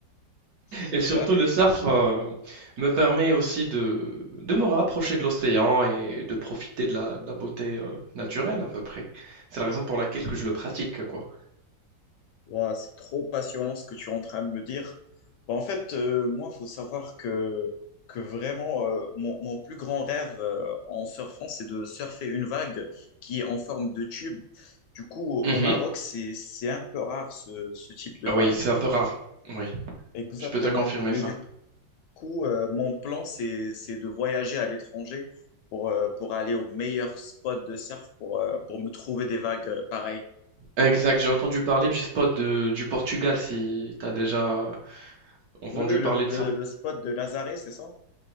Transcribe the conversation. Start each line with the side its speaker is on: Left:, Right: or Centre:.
Left: Super.
Right: Et surtout, le surf euh, me permet aussi de, de me rapprocher de l'océan et de profiter de la, de la beauté euh, naturelle à peu près. C'est la raison pour laquelle que je le pratique, quoi.
Left: Ouah, c'est trop passionnant ce que tu es en train de me dire. Bah, en fait, euh, moi, il faut savoir que, que vraiment, euh, mon, mon plus grand rêve euh, en surfant, c'est de surfer une vague qui est en forme de tube. Du coup, au,
Right: Mhm.
Left: au Maroc, c'est, c'est un peu rare ce, ce type de
Right: Ah
Left: vague.
Right: Oui, c'est un peu rare. Oui,
Left: Exactement.
Right: je peux te confirmer
Left: Mais
Right: ça.
Left: du coup, euh, mon plan, c'est, c'est de voyager à l'étranger pour, euh, pour aller au meilleur spot de surf pour, euh, pour me trouver des vagues euh, pareilles.
Right: Exact, j'ai entendu parler du spot de, du Portugal, si t'as déjà entendu
Left: Oui, oui, le,
Right: parler
Left: le,
Right: de ça.
Left: le spot de Nazaré, c'est ça?